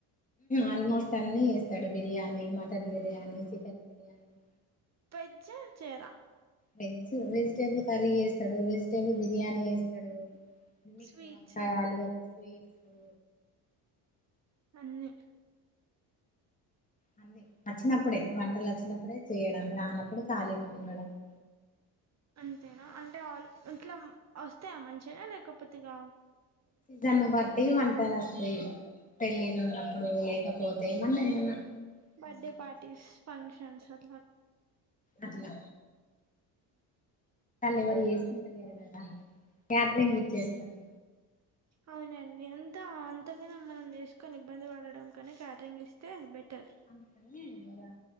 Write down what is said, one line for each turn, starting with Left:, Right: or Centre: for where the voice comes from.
Left: ఆల్మోస్ట్ అన్ని చేస్తాడు biryani mutton biryani chicken biryani
Right: veg చేయారా
Left: వెజ్ వెజిటేబుల్ కర్రీ చేస్తాడు వెజిటేబుల్ బిర్యానీ చేస్తాడు అన్ని
Right: స్వీట్స్
Left: వంకాయ ఆలుగడ్డ స్వీట్స్
Right: అన్నీ
Left: అన్నీ వచ్చినప్పుడే వంటలు వచ్చినప్పుడే చేయడం రానప్పుడు ఖాళీగా ఉండడం <inaudible>
Right: అంతేనా అంటే అ ఇట్లా వస్తాయా మంచిగానే లేకపోతే ఇగా
Left: దాన్ని బట్టి వంట ట్టలు వస్తాయి పెళ్ళిళ్ళ ఉన్నప్పుడు లేకపోతే మన్నా ఏమన్నా
Right: బర్త్డే
Left: ఫంక్షన్స్
Right: పార్టీస్ ఫంక్షన్స్ అ
Left: అట్లా ఎవరు చేసుకుంటలేరు కదా క్యాటరింగ్ ఇచ్చేస్తాను
Right: అవునండి అంత అంతగానం మనం చేసుకొని ఇబ్బంది పడడం కన్నా క్యాటరింగ్ ఇస్తే బెటర్
Left: అంత తెలువద